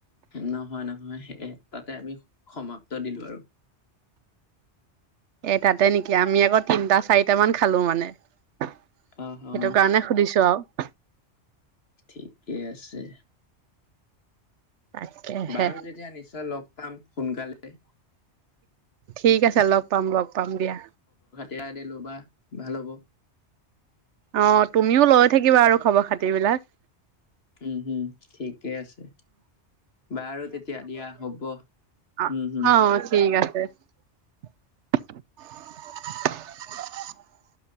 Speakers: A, on the left; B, on the right.
A: নহয় নহয় তাতে আমি সমাপ্ত দিলো আৰু।
B: এ তাতে নেকি আমি আকৌ তিনটা চাৰিটা মান খালো মানে। সেইটো
A: অ অ
B: কাৰণে সুধিছো আৰু।
A: ঠিকেই আছে।
B: তাকেহে
A: বাৰু তেতিয়া নিশ্চয় লগ পাম সোনকালে।
B: ঠিক আছে লগ পাম লগ পাম দিয়া।
A: এয়া দিয়া ল'বা ভাল হ'ব।
B: অ তুমিও লৈ থাকিবা, আৰু খবৰ খাতি বিলাক।
A: উম হম ঠিকে আছে বাৰু তেতিয়া দিয়া হ'ব
B: অ
A: হম। হম।
B: অ <unintelligible>